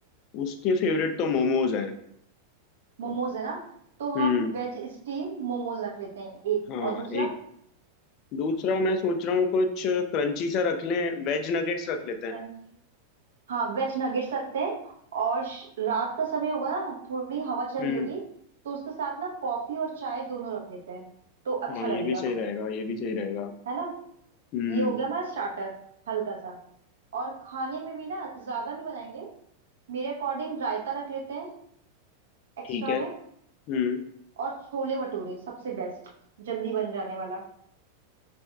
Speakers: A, on the left; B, on the right.
A: उसके फेवरेट तो मोमोज हैं
B: मोमोज है ना तो हम
A: हम्म
B: वेज स्टीम मोमोज रख लेते हैं एक
A: हाँ
B: और दूसरा
A: एक दूसरा मैं सोच रहा हूँ कुछ क्रंची सा रख लें वेज नगेट्स रख लेते हैं
B: क्रंची हाँ वेज नगेट्स रखते हैं और श- रात का समय होगा ना थोड़ी हवा चल
A: हम्म
B: रही होगी तो उसके साथ ना कॉफी और चाय दोनों रख लेते हैं तो अच्छा
A: हाँ ये
B: लगेगा
A: भी सही रहेगा ये भी सही रहेगा
B: है ना
A: हम्म
B: ये हो गया हमारा स्टार्टर हल्का सा और खाने में भी ना ज्यादा नहीं बनाएंगे मेरे अकॉर्डिंग रायता रख लेते हैं एक्स्ट्रा
A: ठीक है
B: में
A: हम्म
B: और छोले भटूरे सबसे बेस्ट जल्दी बन जाने वाला